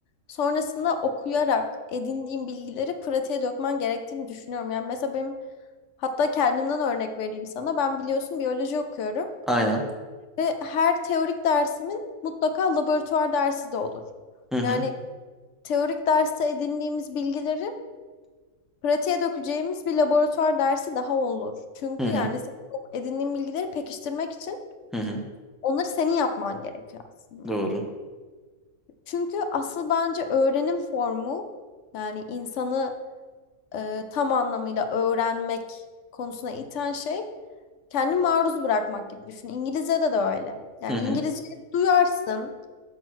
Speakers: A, on the left; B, in the centre.
A: sonrasında okuyarak edindiğim bilgileri pratiğe dökmen gerektiğini düşünüyorum. Yani mesela benim hatta kendimden örnek vereyim sana. Ben biliyorsun biyoloji okuyorum
B: Aynen.
A: ve her teorik dersimin mutlaka laboratuvar dersi de olur.
B: Hı hı.
A: Yani teorik derste edindiğimiz bilgileri pratiğe dökeceğimiz bir laboratuvar dersi daha olur. Çünkü
B: Hı hı.
A: yani senin o edindiğin bilgileri pekiştirmek için
B: Hı hı.
A: onları senin yapman gerekiyor aslında.
B: Doğru.
A: Çünkü asıl bence öğrenim formu yani insanı e, tam anlamıyla öğrenmek konusuna iten şey kendi maruz bırakmak gibi düşün. İngilizce'de de öyle. Yani
B: Hı hı.
A: İngilizce duyarsın,